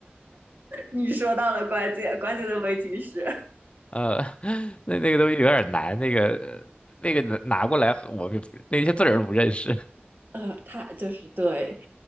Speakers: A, on the right; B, on the left.
A: 你说到了关键，关键的问题是，
B: <laughs> 呃，那那个东西有点难，那个那个拿拿过来，我们也不那些字儿都不认识。
A: 呃，他就是对，